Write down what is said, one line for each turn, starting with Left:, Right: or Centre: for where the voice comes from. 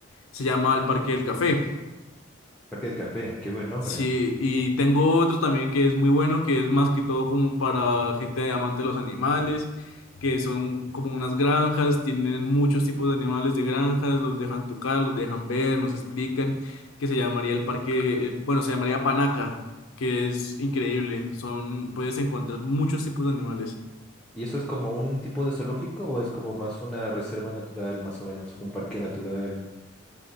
Left: Se llama el Parque del Café.
Centre: Parque del Café, qué buen nombre.
Left: Sí, y tengo otro también que es muy bueno, que es más que todo como para gente amante de los animales, que son como unas granjas, tienen muchos tipos de animales de granjas, los dejan tocar, los dejan ver, nos explican, que se llamaría el parque, eh, bueno, se llamaría Panaca, que es increíble, son, puedes encontrar muchos tipos de animales.
Centre: ¿Y eso es como un tipo de zoológico o es como más una reserva natural, más o menos, un parque natural?